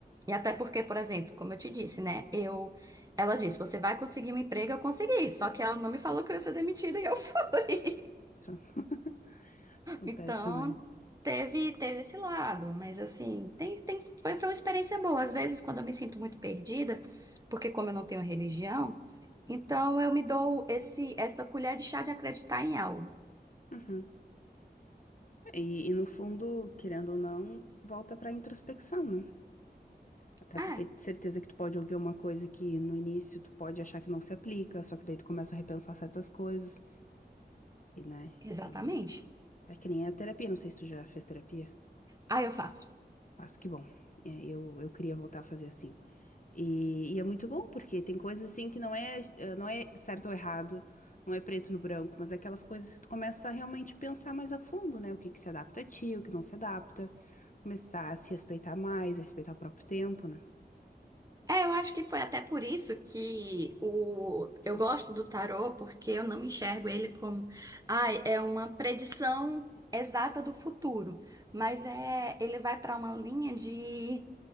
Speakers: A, on the right; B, on the left.
A: E até porque, por exemplo, como eu te disse, né? Eu, ela disse, você vai conseguir um emprego, eu consegui. Só que ela não me falou que eu ia ser demitida e eu <laughs> fui.
B: Então, <laughs> Acontece
A: Então,
B: também.
A: teve, teve esse lado, mas assim, tem, tem, foi, foi uma experiência boa. Às vezes, quando eu me sinto muito perdida, porque como eu não tenho religião, então eu me dou esse, essa colher de chá de acreditar em algo.
B: Uhum. E, e no fundo, querendo ou não, volta pra introspecção, né? Até
A: Ah,
B: porque de certeza que tu pode ouvir uma coisa que no início tu pode achar que não se aplica, só que daí tu começa a repensar certas coisas. E, né?
A: exatamente.
B: E é que nem a terapia, não sei se tu já fez terapia.
A: Aí eu faço.
B: Mas que bom. É, eu, eu queria voltar a fazer assim. E, e é muito bom, porque tem coisas assim que não é, eh, não é certo ou errado, não é preto no branco, mas é aquelas coisas que tu começa a realmente pensar mais a fundo, né? O que que se adapta a ti, o que não se adapta. Começar a se respeitar mais, a respeitar o próprio tempo, né?
A: É, eu acho que foi até por isso que o... eu
B: Uhum,
A: gosto do tarô, porque eu não enxergo ele como, ai, é uma predição exata do futuro, mas é, ele vai para uma linha de